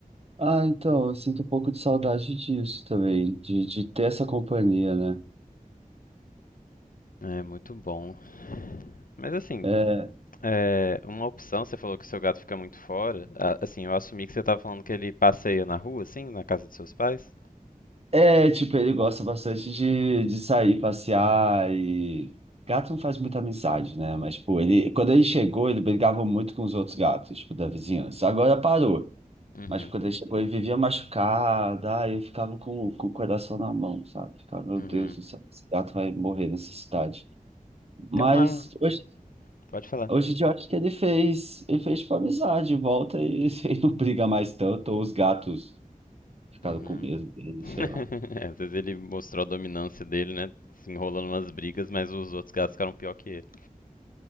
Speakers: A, on the right; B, on the left.
A: Ah, então, eu sinto um pouco de saudade disso também, de, de ter essa companhia, né?
B: É muito bom. Mas assim,
A: É,
B: é, uma opção, você falou que o seu gato fica muito fora. A- Assim, eu assumi que você estava falando que ele passeia na rua, assim, na casa dos seus pais.
A: é, tipo, ele gosta bastante de, de sair, passear e. Gato não faz muita amizade, né? Mas, tipo, ele, quando ele chegou, ele brigava muito com os outros gatos, tipo, da vizinhança. Agora parou.
B: Uhum,
A: Mas quando ele chegou, ele vivia machucado, aí eu ficava com, com o coração na mão, sabe? Ficava, meu
B: uhum.
A: Deus do céu, esse gato vai morrer nessa cidade. Mas
B: Tem uma.
A: hoje
B: Pode falar.
A: Hoje em dia eu acho que ele fez, ele fez tipo amizade, volta e <laughs> ele não briga mais tanto, ou os gatos ficaram
B: Uhum.
A: com medo dele,
B: <laughs>
A: sei lá.
B: É, Às vezes ele mostrou a dominância dele, né? Se enrolando nas brigas, mas os outros gatos ficaram pior que ele.